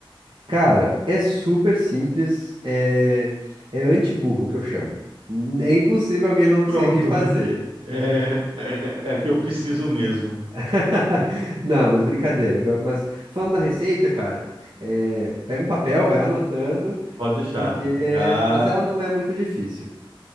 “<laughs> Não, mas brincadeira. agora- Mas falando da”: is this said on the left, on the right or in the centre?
Right